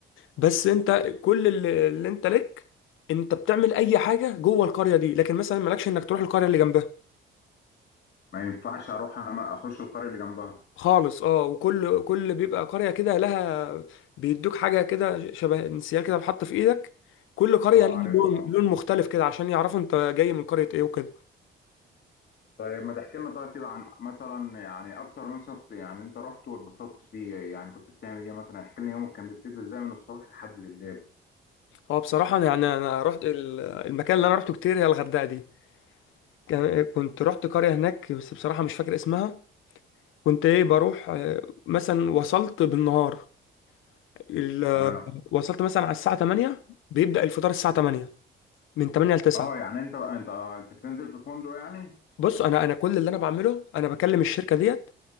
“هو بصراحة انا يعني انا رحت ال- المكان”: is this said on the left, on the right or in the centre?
Left